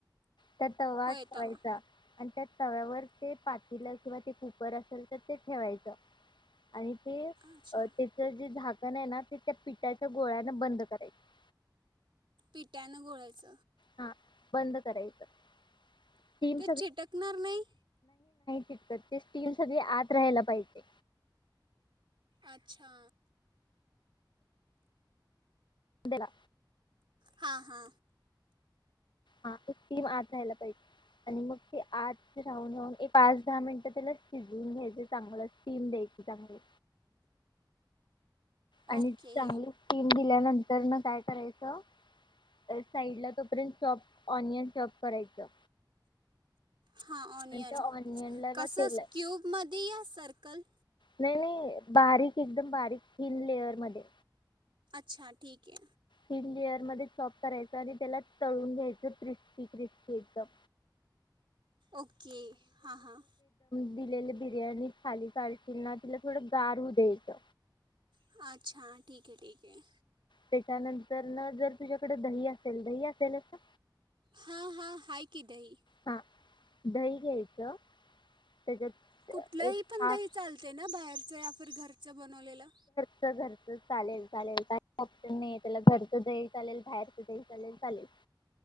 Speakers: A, on the left; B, on the right.
A: त्यात तवा
B: होय
A: ठेवायचा...
B: तवा
A: आणि त्या तव्यावर ते पातील किंवा ते कु.... र असेल तर ते ठेवायचं आणि.... ते अ
B: अच्छा
A: त्याच जे झाक.. पण आहे ना ते त्या पिठाच्या गोळ्याने बंद करायची....
B: पिठान घोळायच....
A: हा बंद करायचं.... स्टीम
B: ते चिटकणार नाही...
A: त्याची स्टीम सगळी आत राहायला पाहिजे
B: अच्छा
A: देना
B: हा हा
A: हा ती स्टीम आत राहायला पाहिजे आणि मग ते आत राहून राहून एक पाच दहा मिनिटं त्याला शिजून घ्यायचे चांगलं स्टीम द्यायची चांगली आणि
B: ओके
A: चांगली स्टीम दिल्यानं... तर मग काय करायचं.... साईड ला तोपर्यंत चॉप ऑनियन चॉप करायचं....
B: हा ऑनियन
A: आणि त्या ऑनियनला ना
B: कस
A: तेल
B: स्कूब मध्ये या सर्कल
A: नाही नाही बारीक एकदम बारीक थीन लेअर मध्ये....
B: अच्छा ठीक हे
A: थीन लेअर मध्ये चॉप करायच आणि त्याला तळून घ्यायच क्रिस्पी क्रिस्पी एकदम......
B: ओके हां हां....
A: केलेली बिर्याणी खाली काढशील ना तिला थोडं गार होऊ द्यायचं....
B: हा अच्छा ठीक हे ठीक हे
A: त्याच्यानंतर ना जर तुझ्याकडे दही अस.... जर दही असेल असं.
B: हां हां हाय की दही
A: हा दही घ्यायचं त्याच्यात
B: कुठलंही
A: एक
B: पण
A: हाफ
B: दही चालते ना बाहेरचे.... पर घरचं बनवलेलं....
A: घरचच चालेल चालेल काही प्रॉब्लेम नाही त्याला घरचं..... दही चालेल बाहेरच दही चालेल चालेल.....